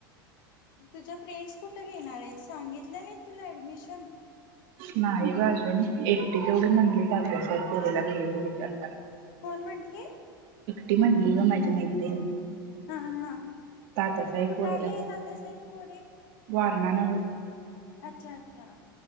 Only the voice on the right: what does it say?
नाही ग अजून एकटी तेवढी म्हणली तात्यासाहेब कोरे ला घ्यायचा विचार करा
ती म्हणली गं माझी मैत्रिण
तात्यासाहेब
कोरेला
वारणानगर